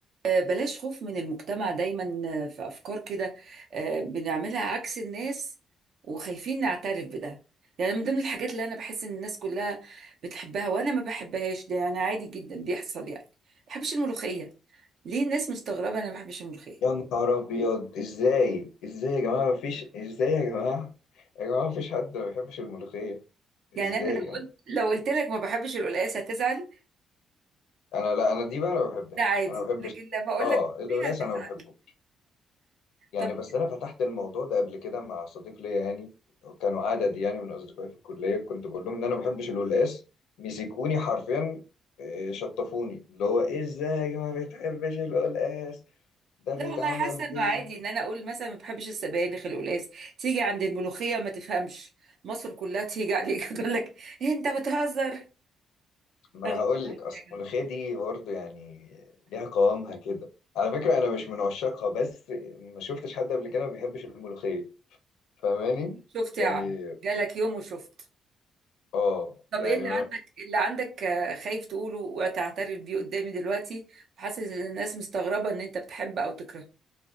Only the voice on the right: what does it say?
آه، بلاش خوف من المجتمع دايما آه، في أفكار كده آه، بنعملها عكس الناس وخايفين نعترف بده يعني من ضمن الحاجات اللي أنا بحس إن الناس كلها بتحبها وأنا ما بحبهاش ده يعني عادي جدا بيحصل يعني ما بحبش الملوخية ليه الناس مستغربة أنا ما بحبش الملوخية
يعني أنا لو
قلت لو قلت لك ما بحبش القلقاس هتزعل
ده عادي
لكن لما أقول
لك ملوخية
هتزعل
طب
لا والله حاسه
انه عادي ان انا اقول مثلا ما بحبش السبانخ القلقاس تيجي عند الملوخيه ما تفهمش مصر كلها تيجي عليك <laughs> تقول لك إيه انت بتهزر
رغم-
يا جماعة،
شفت
يا عم جالك يوم وشفت
طب
ايه اللي عندك إيه اللي عندك آه، خايف تقوله وتعترف بيه قدامي دلوقتي حاسس ان الناس مستغربه ان انت بتحب او تكره